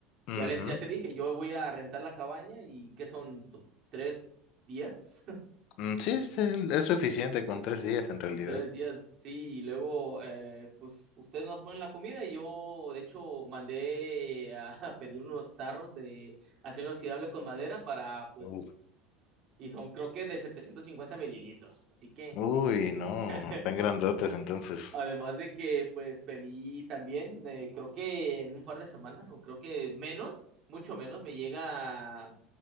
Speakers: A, on the left; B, on the right.
A: Ujú.
B: Ya, le, ya te dije, yo voy a rentar la cabaña y ¿qué son? do- ¿Tres días? <laughs>
A: Mm, Sí, sí, es suficiente con tres días en realidad.
B: Son tres días, sí, y luego eh, pues ustedes nos ponen la comida y yo de hecho mandé a, <laughs> a pedir unos tarros de acero inoxidable con madera para pues,
A: Uf.
B: y son creo que de 750 mililitros, así que
A: Uy, no,
B: <laughs>
A: tan grandotes entonces.
B: además de que pues pedí también, eh, creo que en un par de semanas o creo que menos, mucho menos, me llega